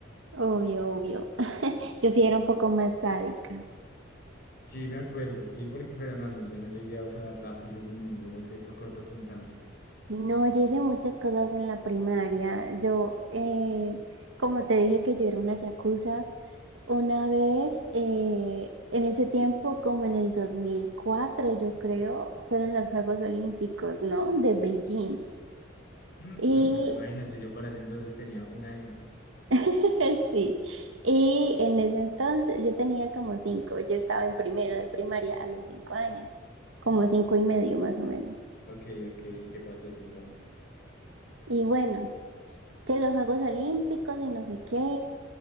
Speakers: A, on the right; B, on the left.
A: obvio, obvio. <laughs> Yo sí era un poco más sádica.
B: Sí, me acuerdo, sí, porque, pero no, no, yo no llegué a usar lápices ni ningún objeto cortopunzante.
A: Y No, yo hice muchas cosas en la primaria. Yo, eh, como te dije que yo era una yakuza, una vez, eh, en ese tiempo, como en el 2004, yo creo, fueron los Juegos Olímpicos, ¿no? De Beijing.
B: Mm,
A: Y
B: No, pues imagínate, yo para ese entonces tenía un año.
A: <laughs> sí, y en ese entonces yo tenía como cinco, yo estaba en primero de primaria a los cinco años, como cinco y medio más o menos.
B: Ok, ok. ¿Y qué pasó desde entonces?
A: Y bueno, que los Juegos Olímpicos y no sé qué.